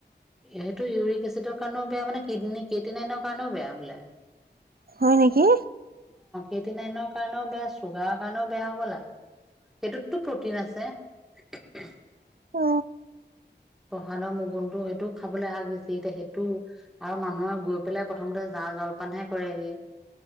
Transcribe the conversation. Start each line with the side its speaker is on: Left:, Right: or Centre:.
Centre: এইটো ইউৰিক এচিডৰ কাৰণেও বেয়া মানে কিডনি, কিডনী কাৰণেও বেয়া বোলে।
Right: হয় নেকি?
Centre: এইট নাইনৰ কাৰণেও বেয়া, চুগাৰৰ কাৰণেও বেয়া হ'বলা সেইটোতো প্ৰটিন আছে।
Right: অ।
Centre: সানৰ মগুনটো সেইটোও খাবলৈ আহা গৈছে এতিয়া সেইটো, আৰু মানুহে গৈ পেলাই প্ৰথমতে জা জলপানহে কৰেগে।